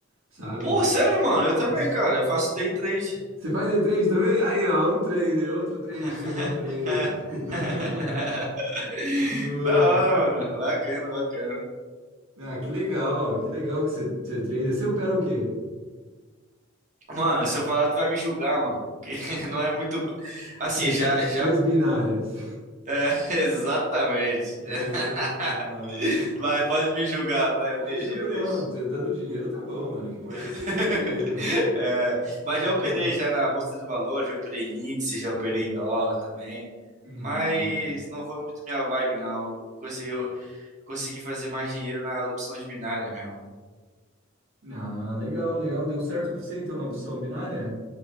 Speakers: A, on the right; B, on the right.
A: sabe?
B: pô, sério, mano, eu também,
A: Mas-
B: cara. Eu faço day trade.
A: Você faz day trade também? Aí, ó, um trader, outro trader
B: <laughs>
A: que eu encontrei aí. <laughs> Boa.
B: Da hora, mano. Bacana, bacana.
A: Ah, que legal, que legal que você, você trader. Você opera o quê?
B: Mano, se eu falar, tu vai me julgar, mano. Que <laughs> não é muito.
A: Operações
B: Assim, já, já.
A: binárias.
B: É, <laughs> exatamente.
A: Mas,
B: <laughs>
A: é, nossa.
B: Vai, pode me julgar, vai, eu
A: É,
B: deixo,
A: jogo
B: eu deixo.
A: não. Cê Dando dinheiro tá bom, mano. O que importa
B: <laughs>
A: é você ganhar dinheiro, mano.
B: É,
A: Isso
B: mas
A: não
B: já
A: tem
B: operei
A: nada.
B: já na Bolsa de Valores, já operei em índice, já operei em dólar também.
A: Ah,
B: Mas não foi muito minha vibe, não. Eu consegui, eu consegui fazer mais dinheiro nas opções binárias mesmo.
A: ah, legal, legal. Deu certo pra você, então, na opção binária?